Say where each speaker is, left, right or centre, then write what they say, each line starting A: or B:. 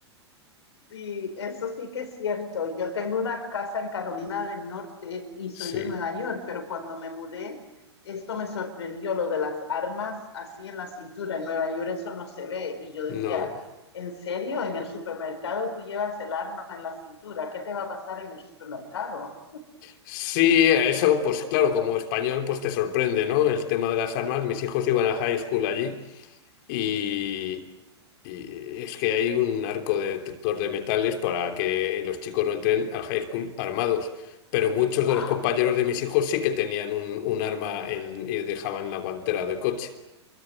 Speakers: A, on the left (about 70°); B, on the left (about 50°).
A: Sí, eso sí que es cierto. Yo tengo una casa en Carolina del Norte y
B: Sí.
A: soy de Nueva York, pero cuando me mudé, esto me sorprendió, lo de las armas así en la cintura. En Nueva York eso no se ve. Y yo decía,
B: No.
A: ¿en serio? En el supermercado tú llevas el arma en la cintura. ¿Qué te va a pasar en el supermercado?
B: Sí, eso, pues claro, como español, pues te sorprende, ¿no? El tema de las armas. Mis hijos iban a high school allí y, y es que hay un arco de detector de metales para que los chicos no entren al high school armados. Pero muchos
A: ¡Wow!
B: de los compañeros de mis hijos sí que tenían un, un arma en- y dejaban en la guantera del coche.